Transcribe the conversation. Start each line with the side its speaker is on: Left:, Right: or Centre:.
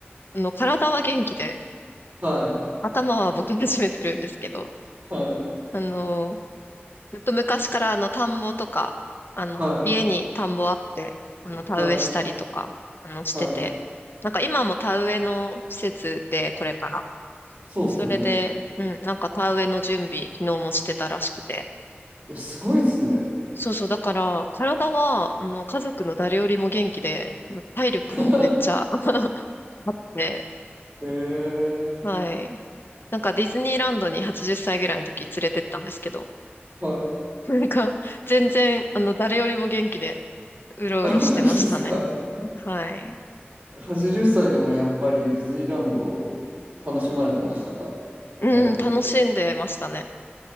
Left: あの、体は元気で、
Right: はい。
Left: 頭はボケ始めてるんですけど、
Right: はい。
Left: あの、ずっと昔からあの、田んぼとか、あの、
Right: はい。
Left: 家に田んぼあって、あの、
Right: は
Left: 田植えしたりとか、あの、してて、
Right: い。はい。
Left: なんか今も田植えの施設で、これから。
Right: そうっすよね。
Left: それで、うん、なんか田植えの準備、昨日もしてたらしくて。
Right: え、すごいっすね。
Left: そうそう、だから、体は、あの、家族の誰よりも元気で、体力もめっちゃ
Right: <laughs>
Left: あって、
Right: へえ。
Left: はい。なんかディズニーランドに80歳ぐらいの時連れてったんですけど、
Right: はい。
Left: なんか全然、あの、誰よりも元気でうろうろしてましたね。
Right: <laughs> あマジっすか。
Left: はい。
Right: 80歳でもやっぱりディズニーランド楽しまれてましたかだいぶ。
Left: うん、楽しんでましたね。